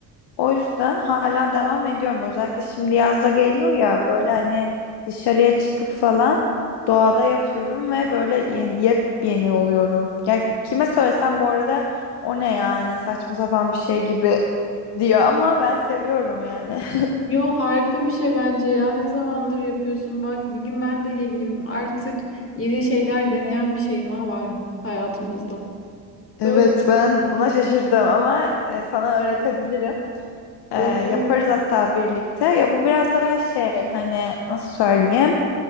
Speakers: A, on the left (about 55°); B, on the left (about 25°).
A: O yüzden hala devam ediyorum. Özellikle şimdi yazda geliyor ya böyle hani dışarıya çıkıp falan doğada yapıyorum ve böyle yeni, yepyeni oluyorum. Ya kime söylesem bu arada o ne yani saçma sapan bir şey gibi diyor ama ben seviyorum yani. <laughs>
B: Yo harika bir şey bence ya. Ne zamandır yapıyorsun? Bak bir gün ben de geleyim. Artık yeni şeyler deneyen bir şey daha var hayatımızda.
A: Evet
B: Böyle.
A: ben buna şaşırdım ama e, sana öğretebilirim. E,
B: Oo.
A: yaparız hatta birlikte. Ya bu biraz daha şey hani nasıl söyleyeyim?